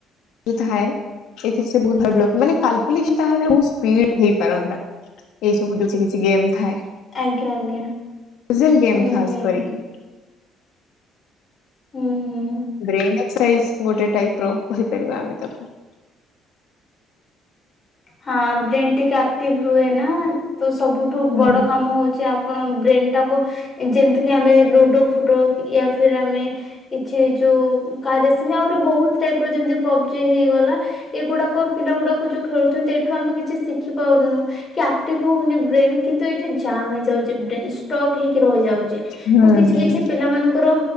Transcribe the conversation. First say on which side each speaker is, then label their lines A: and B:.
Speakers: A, on the left (about 75°); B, on the left (about 20°).
A: ଜଉ ଥାଏ ଏଥି ରେ ସବୁ ବହୁତ ବଡ ଲୋକ ମାନେ କଲ। ତାରେ ବହୁତ ସ୍ପିଡ ହେଇପାରନ୍ତା ଏଇ ସବୁ କିଛି କିଛି ଗେମ୍ ଥାଏ।
B: ଆଜ୍ଞା ଆଜ୍ଞା।
A: ଫିଜଲ ଗେମ୍
B: ହୁଁ
A: ଖାସ୍
B: ହୁଁ
A: କରିକି।
B: ହୁଁ ହୁଁ।
A: ବ୍ରେନଏସ୍କ ସାଇଜ ଗୋଟେ ଟାଇପ ର କହିପାରିବା ଆମେ ତାକୁ।
B: ହଁ ବ୍ରେନ ଟିକେ ଆକ୍ଟିଭି ରୁହେ ନା ତ ସବୁଠୁ
A: ହୁଁ
B: ବଡ କାମ ହଉଛି ଆଉ କଣ ବ୍ରେନ ଟାକୁ ଯେମତିକ ଆମେ ଲୁଡୋ, ଫୁଡୋ ୟା ଫିର ଆମେ କିଛି ଯୋଉ କାଦ ସିଂ ଆହୁରି ବହୁତ ଟାଇପ ର ଯେମିତି ପବଜି ହେଇଗଲା ଏଗୁଡାକ ପିଲା ଗୁଡାକୁ ଯୋଉ ଖେଳୁଛନ୍ତି ଏଠୁ ଆମେ କିଛି ଶିଖି ପାରୁନୁ କି ଆକ୍ଟିଭ ହଉନି ବ୍ରେନ କିନ୍ତୁ ଏଠି ଜାମ ହେଇଯାଉଛି ବ୍ରେନ୍ ଷ୍ଟକ ହେଇକି ରହିଯାଉଛି।
A: ହୁଁ
B: ତ କିଛି
A: ହୁଁ ହୁଁ
B: କିଛି ପିଲାମାନଙ୍କୁ ଙ୍କର